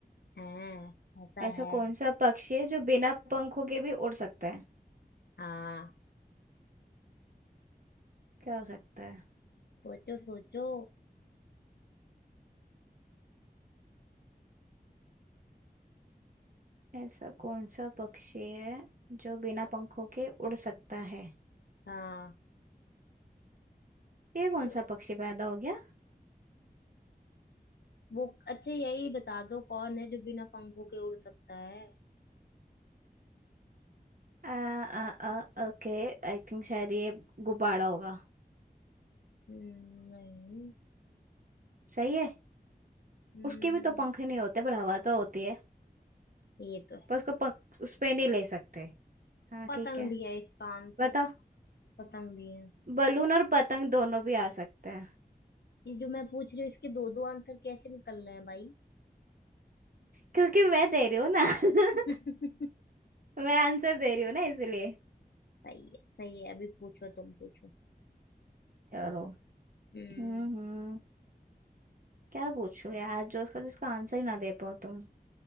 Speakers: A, on the left; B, on the right.
A: हाँ ऐसा
B: ऐसा
A: है
B: कौन सा पक्षी है जो बिना पंखों के भी उड़ सकता है
A: हाँ
B: क्या हो सकता है
A: सोचो सोचो
B: ऐसा कौन सा पक्षी है जो बिना पंखों के उड़ सकता है
A: हाँ
B: ये कौन
A: शो-
B: सा पक्षी पैदा हो गया
A: वो अच्छा यही बता दो कौन है जो बिना पंखों के उड़ सकता है
B: आ, ओके आई थिंक शायद ये गुब्बारा होगा
A: हम्म, नहीं
B: सही है
A: हम्म,
B: उसके भी तो पंख नहीं होते पर हवा तो होती है
A: ये तो है
B: पर उसको पंख उस पे नहीं ले सकते हाँ
A: पतंग
B: ठीक है
A: भी है इसका आंसर
B: बताओ
A: पतंग भी है
B: बलून और पतंग दोनों भी आ सकते हैं
A: ये जो मैं पूछ रही हूँ इसके दो दो आंसर कैसे निकल रहे हैं भाई
B: क्योंकि मैं दे रही हूँ ना
A: <laughs>
B: <laughs> मैं आंसर दे रही हूँ ना इसलिए
A: सही है सही है अभी पूछो तुम पूछो
B: चलो
A: हम्म
B: हम्म हम्म क्या पूछूं यार जो उसका जिसका आंसर ही ना दे पाओ तुम